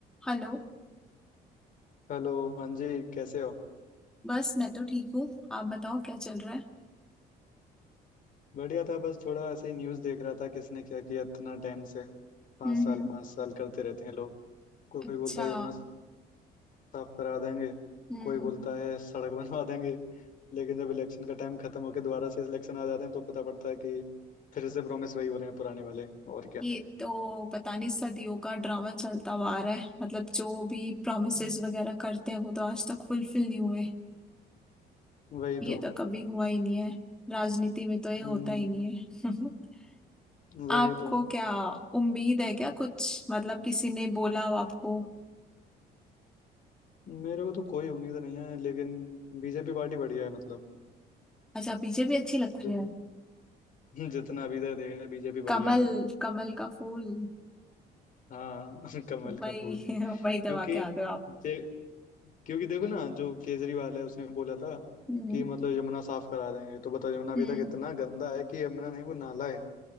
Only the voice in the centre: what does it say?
Hello
बस मैं तो ठीक हूँ आप बताओ क्या चल रहा है
हम्म
हम्म,
अच्छा
हम्म
ये तो पता नहीं सदियों का ड्रामा चलता हुआ आ रहा है मतलब जो भी प्रॉमिसेस
वगैरह करते हैं वो तो आज तक फुलफिल नहीं हुए
ये
तो कभी हुआ ही नहीं है राजनीति में तो ये होता
ही नहीं है <laughs>
आपको
क्या उम्मीद है क्या कुछ मतलब किसी ने बोला हो आपको
अच्छा बीजेपी अच्छी लगती
है
कमल
कमल का फूल
वही
<laughs> वही दबा
के आते हो आप
हम्म
हम्म